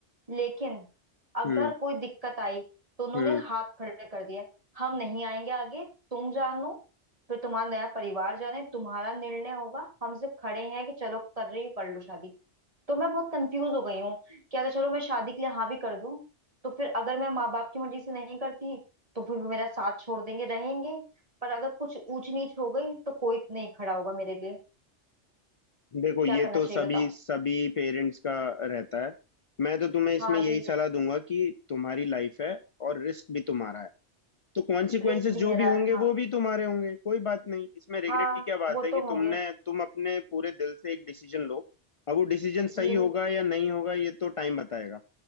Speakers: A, on the right; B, on the left.
A: लेकिन अगर
B: हम्म
A: कोई दिक्कत आई तो उन्होंने
B: हम्म
A: हाथ खड़े कर दिया है। हम नहीं आएंगे आगे तुम जानो फिर तुम्हारा नया परिवार जाने तुम्हारा निर्णय होगा हमसे खड़े हैं कि चलो कर रही हो कर लो शादी तो मैं बहुत कंफ्यूज हो गई हूँ कि अगर चलो मैं शादी के लिए हाँ भी कर दूं तो फिर अगर मैं माँ बाप की मर्जी से नहीं करती तो फिर वो मेरा साथ छोड़ देंगे रहेंगे पर अगर कुछ ऊंच नीच हो गई तो कोई नहीं खड़ा होगा मेरे लिए
B: देखो
A: क्या
B: ये
A: करना
B: तो
A: चाहिए
B: सभी
A: बताओ
B: सभी पेरेंट्स का रहता है मैं तो तुम्हें इसमें
A: हाँ
B: यही
A: जी
B: सलाह दूंगा कि तुम्हारी लाइफ है और रिस्क भी तुम्हारा है तो कॉन्सिक्वेंसेस
A: रिस्क भी
B: जो
A: मेरा
B: भी होंगे
A: है हाँ
B: वो भी तुम्हारे होंगे कोई बात नहीं इसमें रिग्रेट
A: हाँ
B: की क्या बात
A: वो
B: है
A: तो
B: कि
A: होंगे
B: तुमने तुम अपने पूरे दिल से एक डिसीजन लो अब वो डिसीजन सही
A: लूं
B: होगा या नहीं होगा ये तो टाइम बताएगा